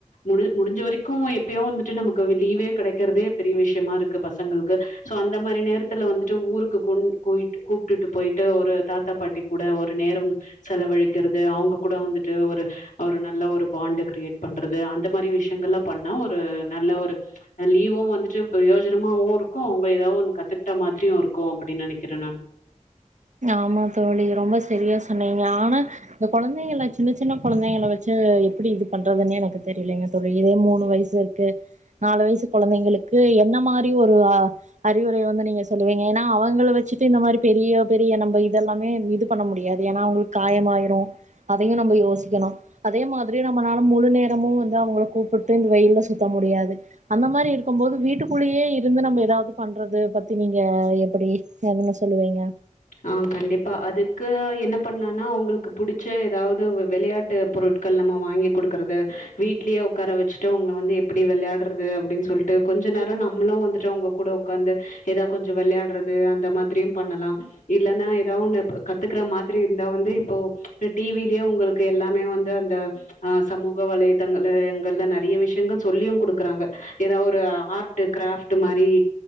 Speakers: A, on the left (about 80°); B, on the right (about 65°).
A: முடிமுடிஞ்ச வரைக்கூ எப்யோ வந்துட்டு நம்மக்கு லீவே கடைக்கறதே பெரிய விஷ்யமாருக்கு பசங்கள்க்கு சோ அந்த மாரி நேரத்துல வந்துட்டு ஊருக்கு குண் கூயிட்டு கூப்பிட்டுட்டு போயிட்டு ஒரு தாத்தா பாட்டி கூட ஒரு நேரம் செலவழிக்கிறது அவுங்க கூட வந்துட்டு ஒரு ஒரு நல்ல ஒரு பாண்டு கிரியேட் பண்றது அந் அந்த மாரி விஷயங்கள்லா பண்ணா ஒரு நல்ல ஒரு லீவு வந்துட்டு பிரயோஜனமாவுருக்கு ம்ப ஏதாவ் ஒன்னு கத்துக்ட்டா மாத்ரியு இருக்கு அப்டின்னு நெனைக்கிறே நானு
B: ஆம்மா தோழி ரொம்ப சரியா‌ சொன்னிங்க ஆனா இந்த கொழந்தைங்களா சின்ன சின்ன கொழந்தைங்கள வச்சு எப்டி இதுப் பண்றதுன் எனக்கு தெரியிலிங்க தோழி இதே மூணு வைசு வர்க்கு நாலு வைசு கொழந்தைங்களு க்கு என்ன மாரி ஒரு அ அறிவுரை வந்து நிங்க சொல்லுவீங்க என்னா அவுங்கள வெச்சிட்டு இந்த மாரி பெரிய ஃபிரியா நம்ப இதல்லாமே இது பண்ண முடியாது ஏன்னா அவுங்குளுக்கு காயமாயிரு அதையு நம்ப யோசிக்கணு அதே மாதிரியு நம்மனால முழு நேரமு வந்து அவுங்கள கூப்பிட்டு இந்த வெயில்ல சுத்தமுடியாது அந்த மாரி இருக்கும்போது வீட்டுக்குள்ளயே இருந்து நம்ம ஏதாவ்து பண்றது பத்தி நீங்க எப்படி எதன்ன சொல்லுவீங்க
A: ஆ கண்டிப்பா அதுக்கு என்ன பண்ணலானா உங்களுக்கு புடிச்ச ஏதாவ்து வெளையாட்டு பொருட் கள் நம்ம வாங்கிகுடுக்கறது வீட்லே உக்கார வச்ட்டு உங்கள வந்து எப்டி வெளாட்றது அப்டின் சொல் ட்டு கொஞ்ச நேரொ நம்ளு வந்துட்டு அவுங்க கூட உக்காந்து ஏதாவ் கொஞ்சொ விளையாட்றது அந்த மாதிரியு பண்ணலாம் இல்லன்னா ஏதாவ் ஒண்ணு ப்ப கத்துக்ற மாதிரி இருந்தா வந்து இப்போ டிவிலே உங்களுக்கு எல்லாமே வந்து அந்த அ சமுகவலைதங்கள்ல எங்கள்ல நெறைய விஷயங்கள் சொல்லியு குடுக்குறாங்க ஏதாவ்ஒரு ஆர் ட்டு கிராஃப்ட் மாரி